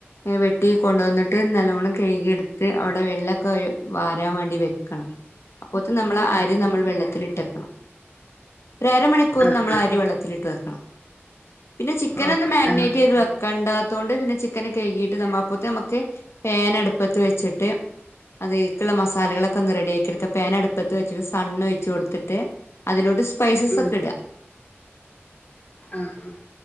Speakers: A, on the left; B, on the left.
A: വെട്ടി കൊണ്ടോന്നിട്ട് നല്ലോണം കഴുകിട്ത്ത് അവിടെ വെളെളാക്കെ ഒഴി വാരാൻ വേണ്ടി വെക്കണം അപ്പോത്ത് ന് നമ്മൾ അരി നമ്മൾ വെള്ളത്തിൽ ഇട്ടെക്കണം ഒര് അരമണിക്കൂർ
B: ആഹ്
A: നമ്മൾ
B: ആഹ്
A: അരി വെള്ളത്തിലിട്ട് വെക്കണം പിന്നെ ചിക്കൻ
B: ഓക്കെ
A: ഒന്ന് മാഗ്നേറ്റ്
B: ആഹ്
A: ചെയ്ത് വെ ക്കണ്ടാത്തോണ്ട് പിന്നെ ചിക്കന് കഴ്കീട്ട് നമ്മൾ അപ്പോത്ത്ന് നമ്മക്ക് പാൻ അടു പ്പത്ത് വെച്ചിട്ട് അത് ക്ക്ള്ള മസാലകളൊക്കെ ഒന്ന് റെഡിയാക്കി എടുക്ക പാൻ അടുപ്പത്ത് വെച്ചിട്ട് സണ് ഒഴിച്ച് കൊടുത്തിട്ട് അതിലോട്ട് സ്പൈസസൊക്കെ
B: ഉം
A: ഇട
B: ആഹ് ആഹ്